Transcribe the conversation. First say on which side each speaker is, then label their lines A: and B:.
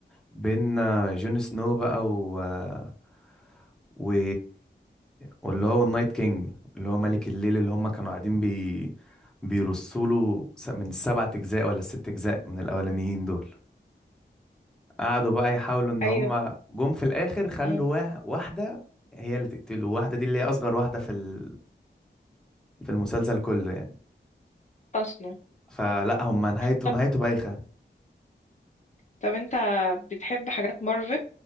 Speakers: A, in the centre; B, on the left.
A: بين آه، جون سنو بقى و آه، و واللي هو النايت كينج اللي هو ملك الليل اللي هم كانوا قاعدين بي بيرصوا له س- من سبعة اجزاء ولا ست اجزاء من الاولانيين دول قعدوا بقى يحاولوا ان
B: ايوه
A: هم جم في الاخر خلوا
B: مم.
A: وا- واحده هي اللي تقتله واحده دي اللي هي اصغر واحده في ال- في المسلسل كله يعني
B: اصلا
A: فلا هم نهايته
B: طب
A: نهايته بايخه
B: طب انت بتحب حاجات مارفل